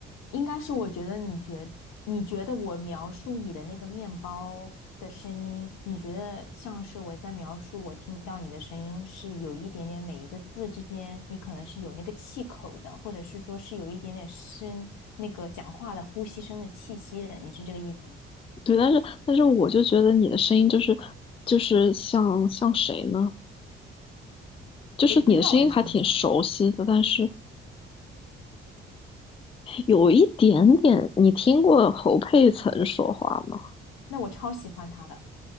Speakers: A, on the left; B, on the left.
A: 应该是，我觉得你觉你觉得我描述你的那个面包的声音，你觉得像是我在描述我听到你的声音是有一点点每一个字之间，你可能是有那个气口的，或者是说是有一点点声那个讲话的呼吸声的气息的，你是这个意思吗？
B: 对，但是但是我就觉得你的声音就是就是像像谁呢？就是你的声音还挺熟悉的，
A: 我不知道我的声音像是，
B: 但是有一点点，你听过侯佩岑说话吗？
A: 那我超喜欢他的。